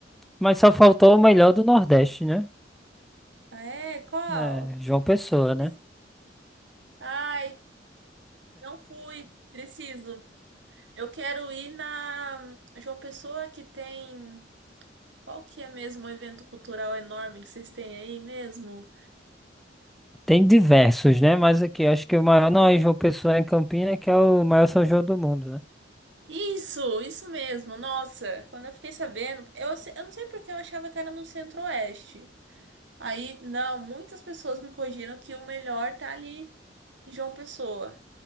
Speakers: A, in the centre; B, on the right.
A: Mas só faltou o melhor do Nordeste, né?
B: Ah, é? Qual?
A: É, João Pessoa, né?
B: Mas- Ai, não fui, preciso. Eu quero ir na João Pessoa que tem. Qual que é mesmo o evento cultural enorme que vocês têm aí mesmo?
A: Tem diversos, né? Mas aqui acho que o maior não é João Pessoa é em Campinas, que é o maior São João do mundo, né?
B: Isso, isso mesmo. Nossa, quando eu fiquei sabendo, eu, se- eu não sei porque eu achava que era no Centro-Oeste. Aí, não, muitas pessoas me corrigiram que o melhor tá ali em João Pessoa.